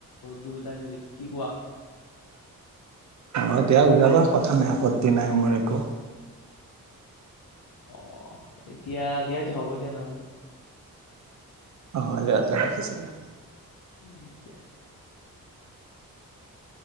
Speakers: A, on the left; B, on the right.
A: দুয়োটাই মিলি কি কোৱা
B: অঁ দিয়া ওলাবা কথা নাই আপত্তি নাই মোৰ একো
A: অ এতিয়া দিয়াতো হ'ব দিয়া নহলে
B: অঁ দিয়াতিয়া ৰাখিছোঁ দিয়া
A: উম কিয়